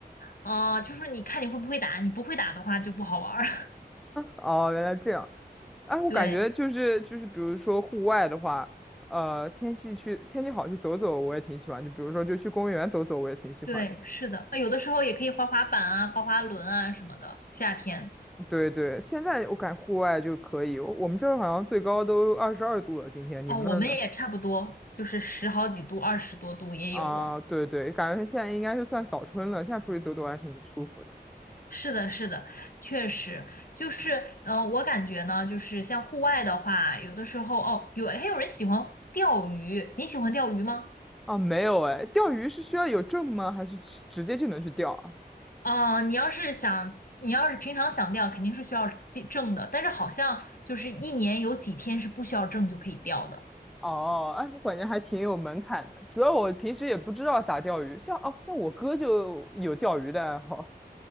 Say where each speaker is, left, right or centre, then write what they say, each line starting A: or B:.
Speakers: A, on the left (about 60°); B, in the centre.
A: 啊、就是你看你会不会打，你不会打的话就不好玩儿。
B: 哦，原来这样。哎，我感觉就是就是，
A: <laughs> 对
B: 比如说户外的话，呃，天气去天气好去走走，我也挺喜欢。就比如说，就去公园走走，我也挺喜欢的。
A: 对，是的，啊，有的时候也可以滑滑板啊、滑滑轮啊什么的。夏天
B: 对对，现在我感觉户外就可以。我我们这儿好像最高都二十二度了，今天你们那儿呢？
A: 啊、我们也差不多，就是十好几度、二十多度也有了。
B: 啊，对对，感觉现在应该是算早春了，现在出去走走还挺舒服的。
A: 是的，是的，确实就是，呃，我感觉呢，就是像户外的话，有的时候哦，有还有人喜欢钓鱼，你喜欢钓鱼吗？
B: 啊，没有哎，钓鱼是需要有证吗？还是直直接就能去钓啊？
A: 啊、你要是想，你要是平常想钓，肯定是需要地证的，但是好像就是一年有几天是不需要证就可以钓的。
B: 哦，哎，我感觉还挺有门槛的。主要我平时也不知道咋钓鱼，像哦，像我哥就有钓鱼的爱好，